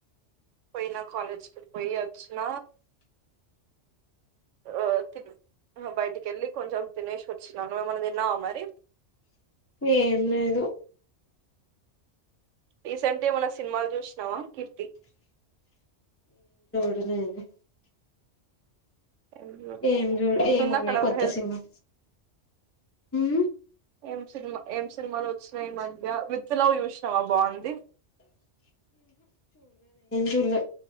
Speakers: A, on the right; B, on the left.
A: పోయినా కాలేజ్ కాడికి పోయి అచ్చిన ఆ తిరిగి ఉమ్ బయటికెళ్లి కొంచం తినేశి ఒచ్చిన నువు ఎం అన్నా తిన్నావా మరి
B: ఏం లేదు
A: రీసెంట్ ఏం అన్నా సినిమాల చూశినావ కీర్తి
B: ఇంకేముంది
A: ఏం చూడలేదా?
B: ఏం లే
A: ఎట్లుంది
B: ఏం ఉన్నాయి
A: అక్కడ
B: కొత్త
A: హెల్త్
B: సినిమా ఉమ్
A: ఏం సినిమా ఏం సినిమాలు వొచ్చినాయి ఈ మధ్య విత్ లవ్ చూశినావా బాగుంది
B: చూడలే